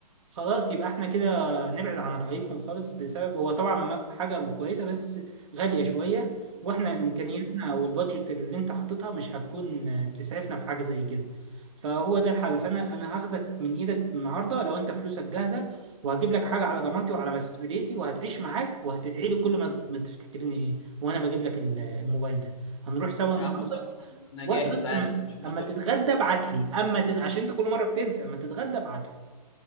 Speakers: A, on the right (about 50°); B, on the left (about 45°).
A: خلاص يبقى احنا كده نبعد عن الايفون خالص بسبب هو طبعا ما- حاجة كويسة بس غالية شوية واحنا امكانياتنا والبادجت اللي انت حاططها مش هتكون تسعفنا في حاجة زي كده فهو ده الحل فانا انا هاخدك من ايدك النهارده لو انت فلوسك جاهزة وهجيب لك حاجة على ضمانتي وعلى مسؤوليتي وهتعيش معاك وهتدعي لي كل ما ما تفتكرني وانا بجيب لك ال- الموبايل ده هنروح سوا
B: يا
A: النهارده
B: عم خلصان انا
A: وقت
B: جاهز
A: بس
B: عادي
A: اما
B: مفيش مشكله
A: أما تتغدى ابعت لي اما تت... عشان انت كل مرة بتنسى اما تتغدى ابعت لي